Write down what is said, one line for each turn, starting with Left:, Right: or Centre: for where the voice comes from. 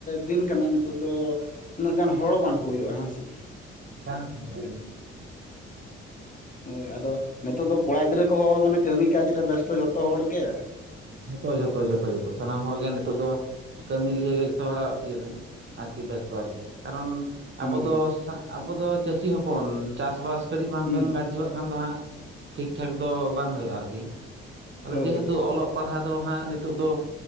Left: ᱫᱤᱱ ᱠᱟᱱᱟ ᱱᱤᱛᱚᱜ ᱫᱚ ᱩᱱᱟᱹᱜ ᱜᱟᱱ ᱦᱚᱲ ᱵᱟᱝᱠᱚ ᱦᱩᱭᱩᱜᱼᱟ ᱦᱮᱸᱥᱮ
Right: ᱵᱟᱝ <unintelligible> ᱠᱷᱼᱟ
Left: ᱦᱳᱭ ᱟᱫᱚ ᱱᱤᱛᱚᱜ ᱫᱚ ᱠᱚᱲᱟ ᱜᱤᱫᱽᱨᱟᱹ ᱠᱚᱦᱚᱸ ᱢᱟᱱᱮ ᱠᱟᱹᱢᱤ ᱠᱟᱡᱽ ᱨᱮ ᱵᱮᱥᱛᱚ ᱡᱷᱚᱛᱚ ᱦᱚᱲᱜᱮ
Right: ᱡᱚᱛᱚ ᱡᱚᱛᱚ ᱡᱚᱛᱚ ᱡᱚᱛᱚ ᱥᱟᱱᱟᱢ ᱦᱚᱲᱜᱮ ᱱᱤᱛᱚᱜ ᱫᱚ ᱠᱟᱹᱢᱤ ᱞᱤᱭᱮ ᱡᱚᱛᱚ ᱦᱚᱲᱟᱜ ᱤᱭᱟᱹ ᱟᱨᱠᱤ ᱵᱮᱥ <unintelligible> ᱟᱨᱠᱤ ᱠᱟᱨᱚᱱ ᱟᱵᱚ
Left: ᱦᱩᱸ
Right: ᱫᱚ ᱟᱵᱚ ᱫᱚ ᱪᱟᱹᱥᱤ ᱦᱚᱯᱚᱱ ᱪᱟᱥᱵᱟᱥ ᱠᱟᱹᱴᱤᱡ ᱵᱟᱢ
Left: ᱦᱩᱸ
Right: ᱵᱮᱱ ᱜᱡᱚᱣᱟᱜ ᱠᱷᱟᱱ ᱫᱚ ᱦᱟᱸᱜ ᱴᱷᱤᱠ ᱴᱷᱟᱠ ᱫᱚ ᱵᱟᱝ ᱦᱩᱭᱩᱜᱼᱟ ᱟᱨᱠᱤ ᱟᱫᱚ
Left: ᱦᱳᱭ
Right: ᱡᱮᱦᱮᱛᱩ
Left: ᱦᱳᱭ
Right: ᱚᱞᱚᱜ ᱯᱟᱲᱦᱟᱣ ᱫᱚ ᱦᱟᱸᱜ ᱱᱤᱛᱚᱜ ᱫᱚ